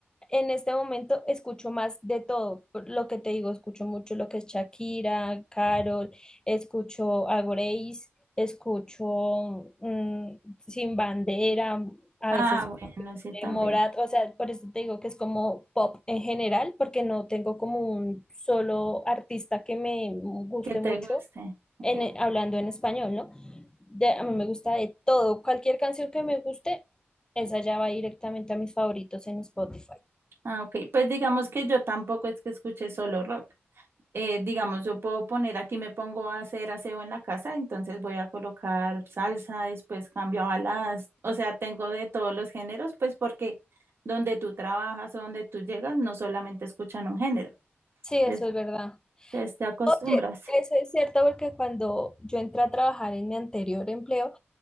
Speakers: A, on the left; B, on the right.
A: en este momento escucho más de todo. Por Lo que te digo, escucho mucho lo que es Shakira, Carol, escucho a Grace, escucho mm, Sin Bandera, a
B: ah,
A: veces
B: bueno, sí,
A: de
B: también.
A: Morat, o sea, por eso te digo que es como pop en general, porque no tengo como un solo artista que me guste
B: Que te
A: mucho
B: guste.
A: en,
B: Eh,
A: hablando en español, ¿no? De- a mí me gusta de todo, cualquier canción que me guste, esa ya va directamente a mis favoritos en Spotify.
B: ah, ok. Pues digamos que yo tampoco es que escuche solo rock. eh, digamos, yo puedo poner aquí, me pongo a hacer aseo en la casa, entonces voy a colocar salsa, después cambio a baladas, o sea, tengo de todos los géneros, pues porque donde tú trabajas o donde tú llegas, no solamente escuchan un género,
A: Sí,
B: entonces
A: eso es verdad.
B: entonces te acostumbras.
A: Oye, eso es cierto porque cuando yo entré a trabajar en mi anterior empleo,